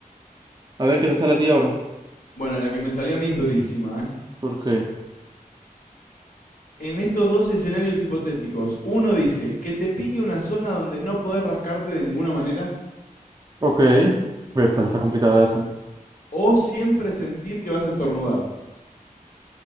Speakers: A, on the right; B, on the left.
A: A ver, ¿qué te sale a ti ahora?
B: Bueno, la que me salió a mí es durísima, ¿eh?
A: ¿Por qué?
B: En estos dos escenarios hipotéticos, uno dice que te pique una zona donde no podés rascarte de ninguna manera
A: Ok. Bertal, está complicada esa.
B: o siempre sentir que vas a estornudar.